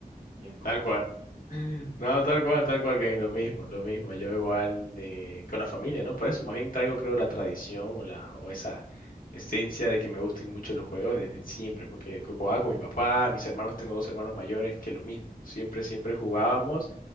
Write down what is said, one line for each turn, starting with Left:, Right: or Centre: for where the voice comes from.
Right: ¿Y en tu
Left: Tal
Right: caso?
Left: cual. <gasps> No, tal cual, tal cual, Kevin, lo mismo, lo mismo. Yo igual eh, con la familia, ¿no? Por eso más bien traigo, creo, la tradición o la o esa esencia de que me gusten mucho los juegos desde siempre, porque co- jugaba con mi papá, mis hermanos, tengo dos hermanos mayores que lo mismo. Siempre, siempre jugábamos.